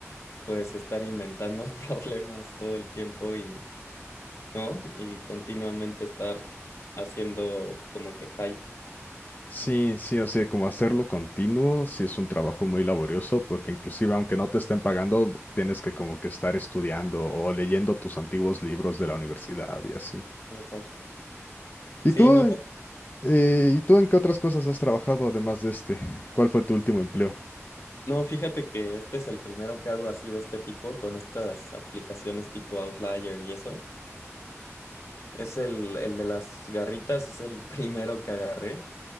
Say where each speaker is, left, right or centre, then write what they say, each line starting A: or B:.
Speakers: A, on the left; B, on the left.
A: puedes estar inventando <laughs> problemas todo el tiempo y, ¿no? Y continuamente estar haciendo como que falle.
B: Sí, sí, o sea, como hacerlo continuo, sí es un trabajo muy laborioso, porque inclusive aunque no te estén pagando, tienes que como que estar estudiando o leyendo tus antiguos libros de la universidad y así.
A: Exacto.
B: ¿Y
A: Sí,
B: tú,
A: no,
B: eh, y tú en qué otras cosas has trabajado además de este? ¿Cuál fue tu último empleo?
A: no, fíjate que este es el primero que hago así de este tipo, con estas aplicaciones tipo Outlier y eso. Es el, el de las garritas, es el <laughs> primero que agarré.